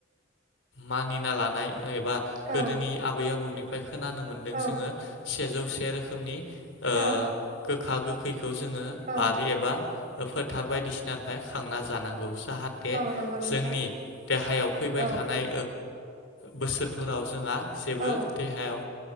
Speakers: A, on the left (about 80°); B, on the right (about 45°).
A: मानिना लानाय एबा
B: औ
A: गोदोनि आबै आबौनिफ्राय खोनानो मोनदों
B: औ
A: जोङो सेजौ से रोखोमनि गोखा
B: औ
A: गोखैखौ जोङो
B: औ
A: बारि एबा फोथार बायदिसिनानिफ्राय खांना जानांगौ जाहाथे
B: औ नंगौ नोंथां
A: जोंनि देहायाव फैबाय
B: औ
A: थानाय बोसोरफोराव जोंहा जेबो
B: औ
A: देहायाव